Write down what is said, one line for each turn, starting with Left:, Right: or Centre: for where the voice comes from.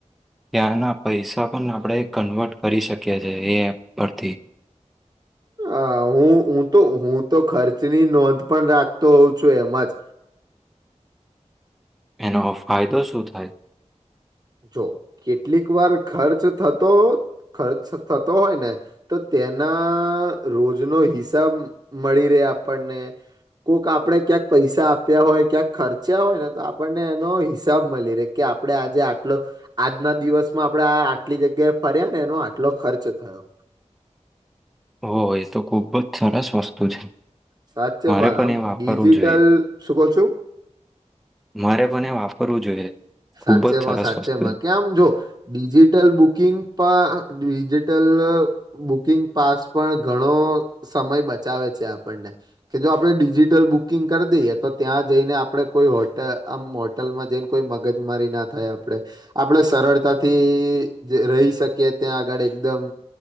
Centre: ત્યાંના પૈસા પણ આપણે કન્વર્ટ કરી શકીએ છેએ એ એપ પરથી.
Right: આ હું હું તો હું તો ખર્ચની નોંધ પણ રાખતો હોઉ છું એમાં જ.
Centre: એનો ફાયદો શું થાય?
Right: જો કેટલીક વાર ખર્ચ થતો ખર્ચ થતો હોય ને તો તેના રોજ નો હિસાબ મળી રહે આપણને કોક આપડે ક્યાંક પૈસા આપ્યા હોય ક્યાંક ખર્ચ્યા હોય ને તો આપણને એનો હિસાબ મળી રહેે આપડે આજે આ ટલો આજના દિવસમાં આપડે આ આટલી જગ્યાએ ફર્યા ને એનો આટલો ખર્ચ થયો.
Centre: ઓ એ તો ખુબ જ સરસ વસ્તુ છે.
Right: સાચેમાં
Centre: મારે પણ
Right: આમ
Centre: એ વાપરવું
Right: ડિજિટલ
Centre: જોઈએ
Right: શું કહ છું?
Centre: મારે પણ એ વાપરવું જોઈએ. ખૂબ
Right: સાચેમાં
Centre: જ સરસ
Right: સાચેમાં
Centre: વસ્તુ છે
Right: કેમ જો ડિજિટલ બુકિંગ પણ ડિજિટલ બુકિંગ પાસ પણ ઘણો સમય બચાવે છે આપણને. કે જો આપડે ડિજિટલ બુકિંગ કરી દઈએ તો ત્યાં જઈને આપડે કોઈ આમ હોટલમાં દેન કોઈ મગ જમારી ના થાય આપળે. આપળે સરળતાથી રહી શકીએ ત્યાં આગળ એકદમ